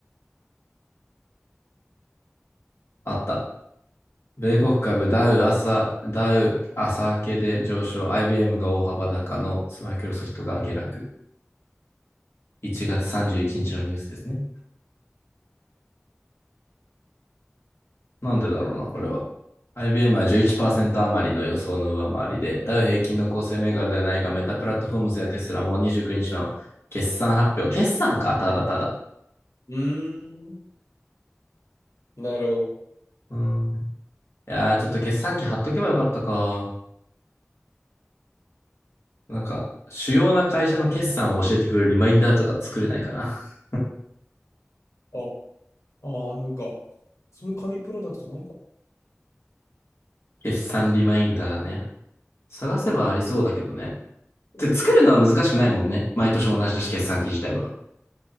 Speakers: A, on the left; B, on the left.
A: あった。米国株ダウ朝、ダウ朝明けで上昇、IBM が大幅高のマイクロソフトが下落。1月31日のニュースですね。なんでだろうな、これは。IBM は11%余りの予想の上回りで、ダウ平均の構成銘柄ではないが、メタプラットフォームズやテスラも29日の決算発表。決算か、ただただ。
B: うーん。なるほ
A: うんいやー、ちょっと決算機貼っとけばよかったか。なんか、主要な会社の決算を教えてくれるリマインダーとか作れないかな。<laughs>
B: ど。あ、ああ、なんか、そういう紙プロダクトないか
A: 決算リマインダーね。探せばありそうだけどね。
B: も。
A: で、
B: だけど。
A: 作るのは難しくないもんね。毎年同じだし、決算機自体は。